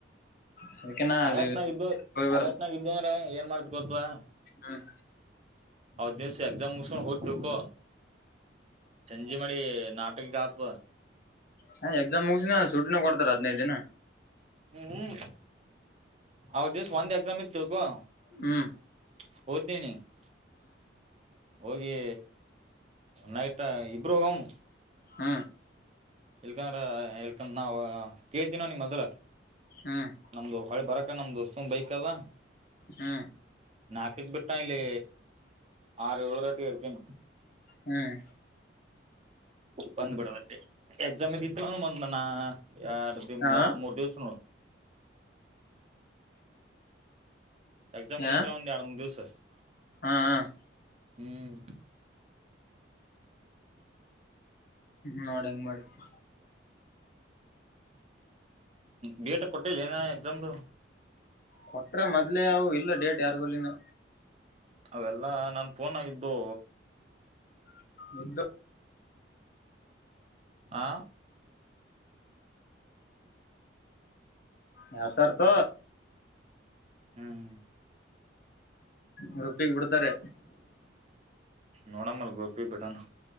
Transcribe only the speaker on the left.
ಅದಕ್ಕಿನ
ಹೋಗಿ ಬರ್ತ
ಹ್ಮ್
ಹ ಎಕ್ಸಾಮ್ ಮುಗಸಿನ ಸುಟಿನ ಕೊಡ್ತಾರ ಹದಿನೈದು ದಿನ.
ಹ್ಮಞ
ಹ್ಮ
ಹ್ಮ್
ಹಾ
ಹ್ಮ್
ಹಾ
ಹ
ಹಾ ಹ್
ನೋಡ ಹೆಂಗ ಮಾಡತಿ
ಕೊಟ್ರ ಮೊದ್ಲೆೇ ಅವು ಇಲ್ಲ ಡೇಟ್ ಯಾರಬಲ್ಲಿಿನ
<unintelligible>
ಹಾತ ತ
ಗ್ರೂಪ ಬಿಡ್ತಾರೆ.